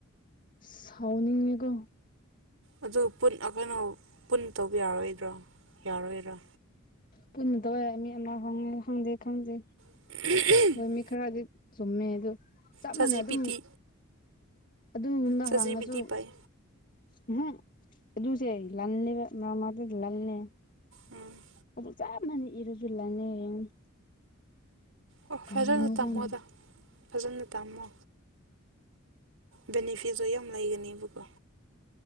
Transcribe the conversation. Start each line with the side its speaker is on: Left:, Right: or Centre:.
Left: ꯁꯥꯎꯅꯤꯡꯉꯦꯀꯣ
Right: ꯑꯗꯨ ꯄꯨꯟ ꯀꯩꯩꯅꯣ ꯄꯨꯟꯅ ꯇꯧꯕ ꯌꯥꯔꯣꯏꯗ꯭ꯔꯣ ꯌꯥꯔꯣꯏꯔꯥ
Left: ꯄꯨꯟꯅ ꯇꯧꯋꯦ ꯃꯤ ꯑꯃ ꯍꯪꯉꯦ ꯈꯪꯗꯦ ꯈꯪꯗꯦ
Right: <unintelligible>
Left: ꯍꯣꯏ ꯃꯤ ꯈꯔꯗꯤ ꯆꯨꯝꯃꯦ ꯑꯗꯨ ꯆꯞ
Right: ꯆꯥꯠ
Left: ꯃꯥꯅ
Right: ꯖꯤ
Left: ꯑꯗꯨꯝ
Right: ꯄꯤ ꯇꯤ
Left: ꯑꯗꯨꯒꯨꯝꯕ
Right: ꯆꯥꯠ
Left: ꯍꯪꯉꯁꯨ
Right: ꯖꯤ ꯄꯤ ꯇꯤ ꯄꯥꯏ
Left: ꯎꯝꯍꯨ ꯑꯗꯨꯁꯦ ꯂꯜꯂꯦꯕ ꯃꯃꯗ ꯂꯜꯂꯦ
Right: ꯎꯝ
Left: ꯆꯥꯞ ꯃꯅꯥ ꯏꯔꯥꯖꯨ ꯂꯜꯂꯦ ꯌꯦꯡꯉꯨ
Right: ꯑꯣ
Left: ꯀꯔꯤꯅꯣ
Right: ꯐꯖꯅ ꯇꯝꯃꯣꯗ
Left: ꯈꯪꯗꯦ
Right: ꯐꯖꯅ ꯇꯥꯝꯃꯣ ꯕꯦꯅꯤꯐꯤꯠꯁꯨ ꯌꯥꯝ ꯂꯩꯒꯅꯦꯕꯀꯣ